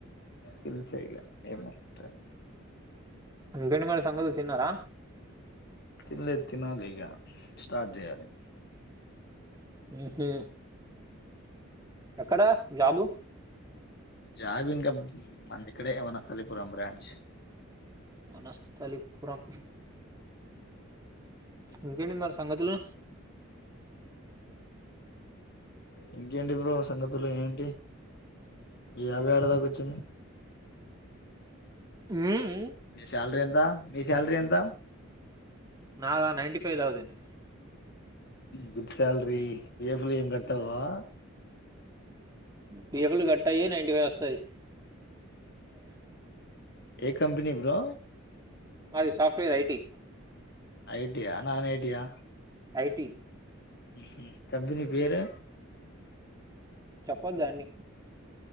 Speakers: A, on the left (about 55°); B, on the right (about 20°).
A: స్కిల్స్ ఏగా ఏముంట
B: ఇంకేంటి మరి సంగతులు తిన్నారా
A: తిన్లేద్ తినాలి ఇగ స్టార్ట్ జేయాలి
B: ఊహు ఎక్కడా జాబు
A: జాబ్ ఇంకబ్ మంది ఇక్కడే వనస్థలిపురం బ్రాంచ్
B: వనస్థలిపురం ఇంకేంటి మర్స్ సంగతులు
A: ఇంకేంటి బ్రో సంగతులు ఏంటి జాబ్ ఏడ దాక ఒచ్చింది
B: ఊ ఉ
A: మీ స్యాల్రీ ఎంత్ తా మీ స్యాల్రీ ఎంత
B: నాద ninety five thousand
A: good salary పిఎఫ్లు ఏం కట్ అవ్వవా
B: పిఎఫ్లు కట్ అయి నైన్టీ ఫైవ్ ఒస్తది
A: ఏ కంపినీ బ్రో
B: మాది సాఫ్ట్వేర్ ఐటి
A: ఐటియా నాన్ ఐటియా
B: ఐటి
A: ఉహు కంపినీ పేరు
B: చప్పద్ అన్ని